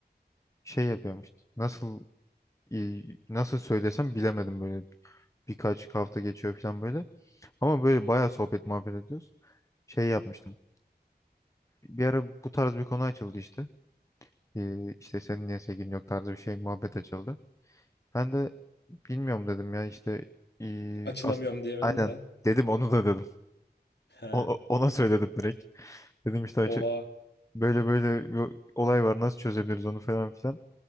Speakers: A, on the left; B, on the left.
A: Şey yapıyorum işte. Nasıl e, nasıl söylesem bilemedim böyle. Birkaç hafta geçiyor falan böyle. Ama böyle bayağı sohbet muhabbet ediyoruz. Şey yapmıştım. Bir ara bu tarz bir konu açıldı işte. Ee, işte senin niye sevgilin yok tarzı bir şey muhabbet açıldı. Ben de bilmiyorum dedim ya işte ee,
B: Açılamıyorum
A: as-
B: diyemedin
A: aynen
B: de.
A: dedim onu da dedim.
B: He.
A: O- o- ona söyledim direkt. Dedim işte
B: Oha.
A: böyle böyle bir olay var nasıl çözebiliriz onu falan filan.